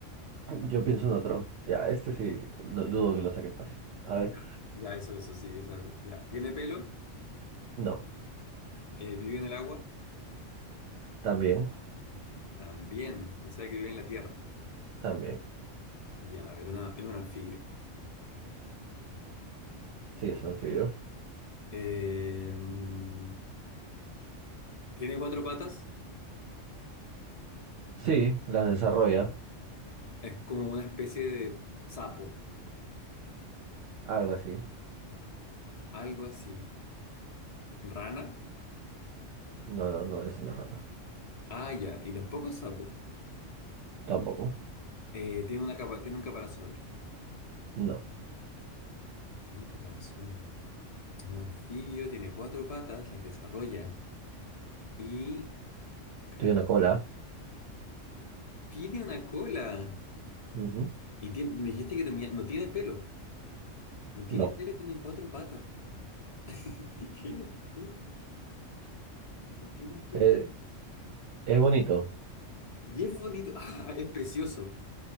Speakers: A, on the right; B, on the left.
A: yo pienso en otro. Ya, este sí, no dudo que lo saque fácil. A
B: Ya,
A: ver,
B: Ya, eso, eso, sí, o ya. Tiene pelo,
A: no,
B: eh, vive en el agua,
A: también,
B: también, o sea que vive en la tierra.
A: también.
B: Ya, a ver, una- es un anfibio.
A: Sí, es un anfibio.
B: Eh, mm, tiene cuatro patas,
A: Sí, las desarrolla,
B: es como una especie de sapo,
A: algo así.
B: algo así. Rana,
A: No, no, no, es una rata.
B: ah, ya, y tampoco es sapo.
A: Tampoco.
B: Eh, tiene una capa, tiene un caparazón,
A: No,
B: tiene un caparazón. Un anfibio, tiene cuatro patas, las desarrolla y, claro,
A: tiene una cola.
B: tiene una cola.
A: Ujú.
B: Y tiene- me dijiste que tenía, no tiene pelo. No tiene
A: No.
B: pera, tiene cuatro patas. <laughs> ¿Qué? ¿Qué? No tiene pera.
A: Eh,
B: tiene-
A: es bonito,
B: Y es bonito. Ah, es precioso.